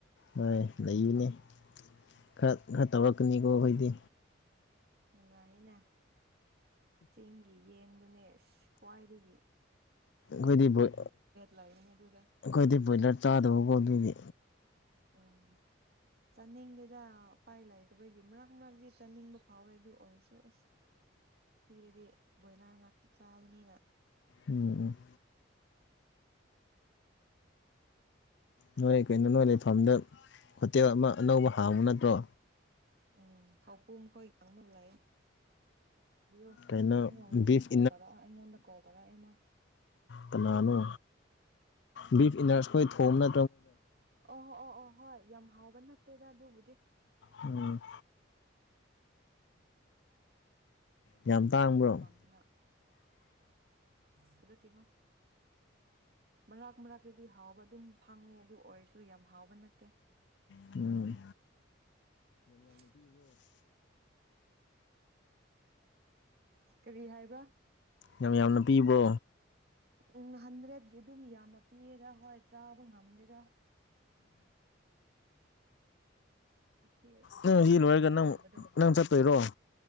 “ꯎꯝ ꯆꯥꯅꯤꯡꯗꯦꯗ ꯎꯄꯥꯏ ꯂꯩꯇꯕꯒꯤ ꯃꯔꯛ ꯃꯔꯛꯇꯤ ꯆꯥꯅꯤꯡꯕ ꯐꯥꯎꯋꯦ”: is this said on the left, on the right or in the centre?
Right